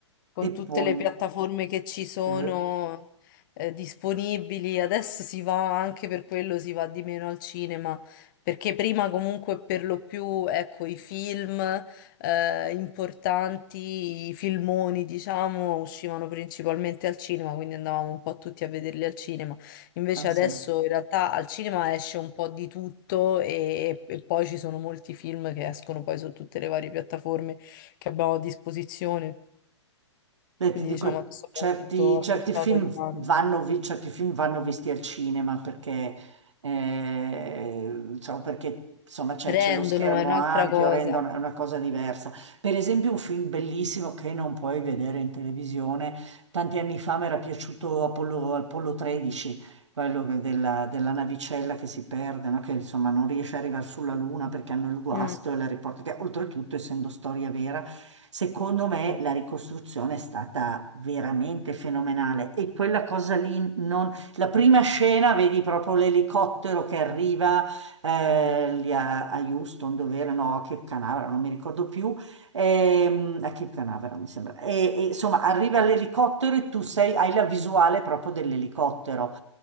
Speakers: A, on the left (about 45°); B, on the right (about 75°).
A: con
B: e
A: tutte
B: poi...
A: le piattaforme che ci sono
B: eh,
A: eh, disponibili. Adesso si va anche per quello, si va di meno al cinema, perché prima comunque per lo più, ecco, i film eh, importanti, i filmoni, diciamo, uscivano principalmente al cinema, quindi andavamo un po' tutti a vederli al cinema. Invece
B: ah, sì.
A: adesso in realtà al cinema esce un po' di tutto e, e poi ci sono molti film che escono poi su tutte le varie piattaforme che abbiamo a disposizione.
B: Beh,
A: Quindi
B: ti dico,
A: diciamo adesso abbiamo
B: certi,
A: tutto a
B: certi
A: portata
B: film
A: di mano.
B: vanno, vi- certi film vanno visti al cinema perché, eh, diciamo, perché, insomma, c'è
A: Rendono,
B: c'è lo schermo
A: è un'altra
B: ampio,
A: cosa.
B: rendono, è una cosa diversa. Per esempio, un film bellissimo che non puoi vedere in televisione, tanti anni fa mi era piaciuto Apollo, Apollo 13 quello che- della, della navicella che si perde, no? Che insomma non riesce ad arrivare sulla Luna perché hanno il guasto
A: Mm,
B: e la riporta, che oltretutto, essendo storia vera, secondo me la ricostruzione è stata veramente fenomenale. E quella cosa lì, non... la prima scena, vedi proprio l'elicottero che arriva eh, lì a, a Houston, dove era, no, a Cape Canaveral, non mi ricordo più, ehm, a Cape Canaveral mi sembra. E, e, insomma, arriva l'elicottero e tu sei- hai la visuale proprio dell'elicottero.